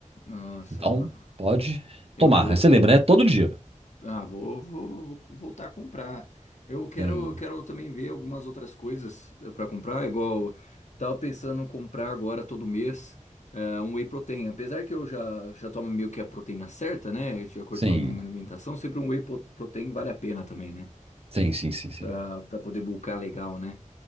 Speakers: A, on the left; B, on the right.
A: Nossa,
B: Então,
A: mano.
B: pode
A: Eu
B: tomar.
A: vou.
B: Aí Você lembra, né? Todo dia.
A: Ah, vou, vou, vou voltar a comprar. Eu quero,
B: Sim,
A: eu quero também ver algumas outras coisas eh, pra comprar, igual tava pensando em comprar agora todo mês é, um whey protein. Apesar que eu já, já tomo meio que a proteína certa, né? De acordo
B: sim,
A: com a minha alimentação, sempre um whey pro- protein vale a pena também, né?
B: sim, sim, sim, sim.
A: Pra pra poder bulkar legal, né?